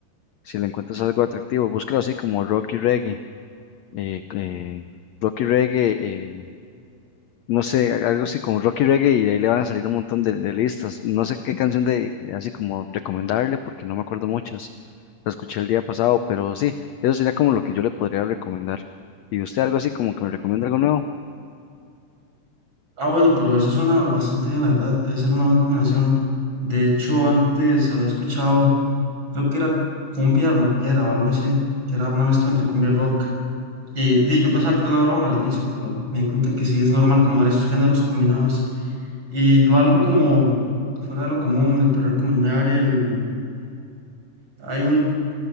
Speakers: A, on the left (about 80°); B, on the right (about 35°).
A: si le encuentras algo atractivo. Búscalo así como rock y reggae. eh, eh, rock y reggae eh, no sé, a- algo así como Rocky Reggae y de ahí le van a salir un montón de, de listas. No sé qué canción de así como recomendarle porque no me acuerdo muchas. La escuché el día pasado, pero sí, eso sería como lo que yo le podría recomendar. ¿Y usted algo así como que me recomienda algo nuevo?
B: Ah, bueno, pero eso suena bastante bien, la verdad. Debe ser una buena combinación. De hecho, antes había escuchado, creo que era cumbia rockera o algo así, que era una mezcla entre cumbia y rock. Y di, yo pensaba que era una broma al inicio, pero me di cuenta que sí es normal como ver esos géneros combinados. Y yo algo como fuera de lo común, le puedo recomendar el, hay un,